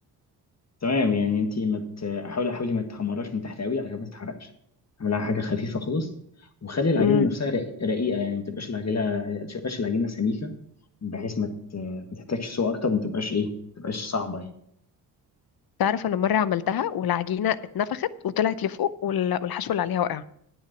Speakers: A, on the left (about 40°); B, on the left (about 60°).
A: تمام يعني انت ما مت... حاولي حاولي ما تحمراش من تحت قوي عشان ما تتحرقش اعملها حاجه خفيفه خالص وخلي العجينه
B: امم
A: نفسها رقي- رقيقه يعني ما تبقاش العجينه ما تبقاش العجينه سميكه بحيث ما ت... ما تحتاجش سوء اكتر وما تبقاش ايه ما تبقاش صعبه يعني
B: تعرف انا مره عملتها والعجينه اتنفخت وطلعت لفوق وال- والحشو اللي عليها وقع